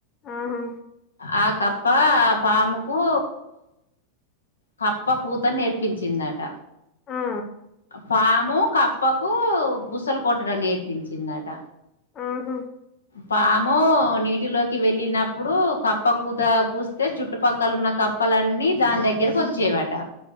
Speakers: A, on the left; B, on the left.
A: ఆహా
B: ఆ కప్ప పాముకు కప్ప కూతరు నేర్పించిందట
A: ఆ
B: పాము కప్పకు బుసలు కొట్టడం నేర్పించిందట
A: ఆహా
B: పాము నీటిలోకి వెళ్ళినప్పుడు కప్ప కూత కూస్తే చుట్టుపక్కల ఉన్న కప్పలన్నీ దాని దగ్గర గ్గరికి వచ్చేవాట